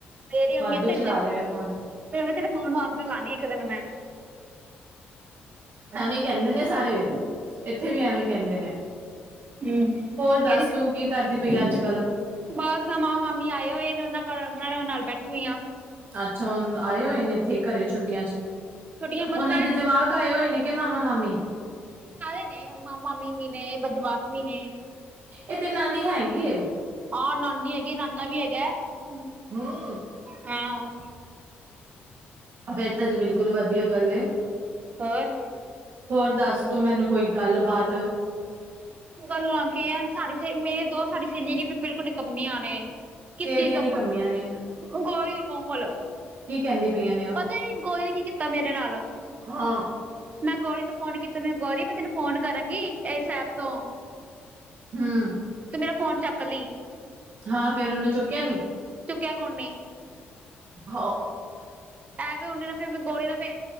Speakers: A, on the right (about 40°); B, on the right (about 60°).
A: ਮੇਰੇ ਅਂਗੇ
B: ਵਾਧੂ
A: ਤੇ <unintelligible>
B: ਚਲਾ ਲਿਆ ਏ ਫੋਨ।
A: ਤੇਰੇ ਫੋਨ ਨੂੰ ਅੱਗ ਲਾਂਣੀ ਇਕ ਦਿਨ ਮੈਂ।
B: ਐਵੇਂ ਈ ਕੈੰਦੇ ਨੇ ਸਾਰੇ, ਏਥੇ ਵੀ ਐਵੇਂ ਈ ਕੈੰਦੇ ਨੇ।
A: ਹਂ,
B: ਹੋਰ ਦੱਸ
A: ਕੈਰੀ ਸ
B: ਤੂੰ ਕੀ ਕਰਦੀ ਪਈ ਅੱਜ-ਕੱਲ੍ਹ?
A: ਬਸ ਆ ਮਾਮਾ-ਮਾਮੀ ਆਏ ਹੋਏ ਨੇ ਓਨਾਂ ਕੋਲ ਓਨਾਂ ਨਾਲ ਬੈਠੀ ਹੋਈ ਆ।
B: ਅੱਛਾ ਹੁਣ ਆਏ ਹੋਏ ਨੇ ਇੱਥੇ ਘਰੇ ਛੁੱਟੀਆਂ ਚ।
A: ਛੋਟੀਆਂ ਬਸ
B: ਓਨਾਂ
A: ਰਹਿ
B: ਦੇ ਜਵਾਕ ਆਏ ਹੋਏ ਨੇ ਕੇ ਮਾਮਾ-ਮਾਮੀ?
A: ਸਾਰੇ ਨੇ ਮਾਮਾ-ਮਾਮੀ ਵੀ ਨੇ ਬਦ ਵਾਕ ਵੀ ਨੇ।
B: ਏ ਤੇਰੀ ਨਾਨੀ ਹੈਗੀ ਏ?
A: ਹਾਂ, ਨਾਨੀ ਹੈਗੀ ਏ ਨਾਨਾ ਵੀ ਹੈਗਾ, ਹਂ,
B: ਹੂੰ
A: ਹੇਂ।
B: ਫੇਰ ਤਾਂ ਜੀ ਬਿਲਕੁਲ ਵਧੀਆ ਗੱਲ ਏ।
A: ਹੋਰ।
B: ਹੋਰ ਦੱਸ ਤੂੰ ਮੈਨੂੰ ਕੋਈ ਗੱਲ-ਬਾਤ?
A: ਗੱਲਾ ਕੀ ਐ ਸਾਡ ਸੇ ਮੇਰੇ ਦੋ ਸਾਡੀ ਸਹੇਲੀਆ ਜੀ ਮੇ ਬਿਲਕੁਲ ਨਿਕੰਮੀਆਂ ਨੇ। ਕਿਸੀ
B: ਕਿਹੜੀਆਂ
A: ਦਾ
B: ਨਿਕੰਮੀਆਂ
A: ਕ
B: ਨੇ
A: ਗੋਈਔ ਕੋਮਲ
B: ਕੀ ਕਹਿੰਦੀ ਪਈਆਂ ਨੇ ਉਹ
A: ਪਤੈ ਗੋਲੀ ਨੇ ਕੀ ਕੀਤਾ ਮੇਰੇ ਨਾਲ।
B: ਹਾਂ
A: ਮੈਂ ਗੌਰੀ ਨੂੰ ਫੋਨ ਕੀਤਾ, ਮੈਹੇਂ ਗੌਰੀ ਮੈਂ ਤੈਨੂੰ ਫੋਨ ਕਰਾਂਗੀ ਏਸ ਐਪ ਤੋਂ।
B: ਹਂ
A: ਤੂੰ ਮੇਰਾ ਫੋਨ ਚੱਕ ਲੀ।
B: ਹਾਂ, ਫੇਰ ਓਨੇ ਚੁੱਕਿਆ ਨੀ।
A: ਚੁੱਕਿਆ ਕੋ ਨੀ।
B: ਹਾਅ।
A: ਐ ਵੀ ਹੋਣ ਮੇਰਾ ਫੇਰ ਗੋਰੀ ਨਾਦੇ